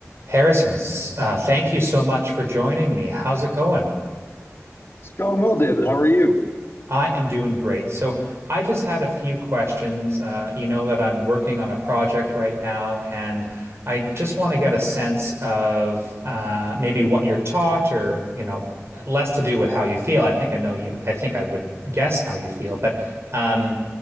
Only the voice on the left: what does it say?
It's going well, David. How are you?